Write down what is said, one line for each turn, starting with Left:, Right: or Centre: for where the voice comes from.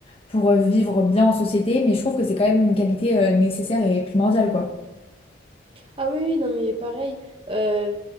Left: pour euh, vivre bien en société, mais je trouve que c'est quand même une qualité euh, nécessaire et primordiale, quoi.
Right: Ah oui, oui, non, mais pareil, euh,